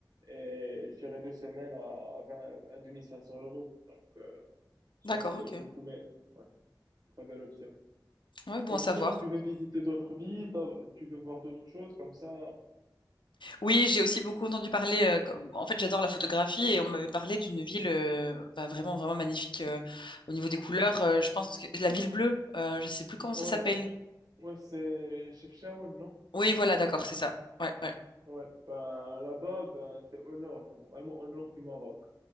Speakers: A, on the right; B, on the left.
A: et je dirais deux semaines à 20, à 2500 euros. Donc, euh, ça,
B: d'accord,
A: c'est
B: ok.
A: beaucoup, mais ouais, très belle option.
B: Ouais, bon
A: Et
B: à
A: sinon,
B: savoir.
A: tu veux visiter d'autres villes, t'as- tu veux voir d'autres choses comme ça.
B: Oui, j'ai aussi beaucoup entendu parler. euh, co- en fait, j'adore la photographie et on m'avait parlé d'une ville euh, bah, vraiment, vraiment magnifique euh, au niveau des couleurs. euh, je pense que la ville bleue, euh, je sais plus comment
A: Ouais,
B: ça s'appelle.
A: ouais, c'est Chefchaouen, non?
B: Oui, voilà, d'accord, c'est ça. Ouais, ouais.
A: Ouais, ben là-bas, ben, c'est au nord, vraiment au nord du Maroc.